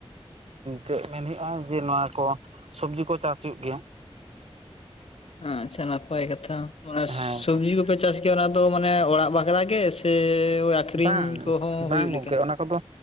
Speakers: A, on the right; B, on the left.
A: ᱪᱮᱫ ᱢᱮᱱ ᱦᱩᱭᱩᱜᱼᱟ ᱡᱮ ᱱᱚᱣᱟ ᱠᱚ ᱥᱚᱵᱡᱤ ᱠᱚ ᱪᱟᱥ ᱦᱩᱭᱩᱜ ᱜᱮᱭᱟ
B: ᱟᱪᱪᱷᱟ ᱱᱟᱯᱟᱭ ᱠᱟᱛᱷᱟ ᱢᱟᱱᱮ
A: ᱦᱮᱸ
B: ᱥᱚᱵᱡᱤ ᱠᱚ ᱯᱮ ᱪᱟᱥ ᱜᱮᱭᱟ ᱚᱱᱟ ᱫᱚ ᱢᱟᱱᱮ ᱚᱲᱟᱜ ᱵᱟᱜᱽᱨᱟ ᱜᱮ ᱥᱮ ᱟᱠᱷᱨᱤᱧ
A: ᱵᱟᱝ
B: ᱠᱚᱦᱚᱸ
A: ᱵᱟᱝ
B: ᱦᱩᱭᱩᱜ
A: ᱜᱚᱝᱠᱮ
B: ᱞᱮᱠᱟ?
A: ᱚᱱᱟ ᱠᱚᱫᱚ